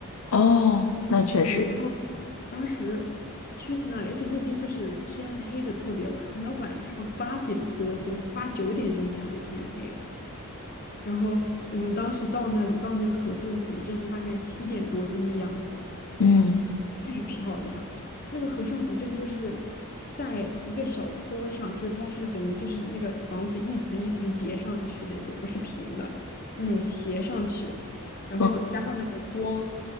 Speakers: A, on the left (about 70°); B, on the left (about 40°).
A: 哦，那确实，
B: <laughs> 对，然后当时去那里，而且那边就是天黑的特别晚，可能晚上八点多钟、八九点钟才会天黑。然后我们当时到那里，到那个和顺古镇，大概七点多钟的样子，
A: 嗯
B: 巨漂亮。那个和顺古镇就是在一个小坡上，就是它是等于就是那个房子一层一层叠上去那种，不是平的，那种斜上去，然后加上那个光，
A: 嗯，